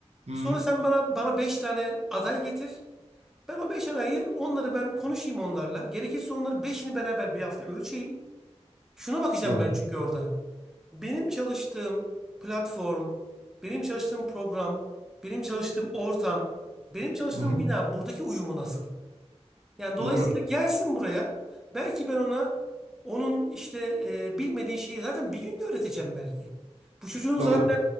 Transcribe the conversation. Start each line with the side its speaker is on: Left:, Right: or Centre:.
Right: Hmm,
Centre: Sonra sen bana bana 5 tane aday getir. Ben o 5 adayı onları ben konuşayım onlarla. Gerekirse onların beşini beraber bir hafta ölçeyim. Şuna bakacağım
Right: doğru.
Centre: ben çünkü orada. Benim çalıştığım platform, benim çalıştığım program, benim çalıştığım ortam, benim çalıştığım
Right: Hı hı,
Centre: bina buradaki uyumu nasıl? Yani dolayısıyla
Right: doğru.
Centre: gelsin buraya. Belki ben ona onun işte e, bilmediği şeyi zaten bir günde öğreteceğim belki. Bu çocuğun
Right: Doğru.
Centre: zaten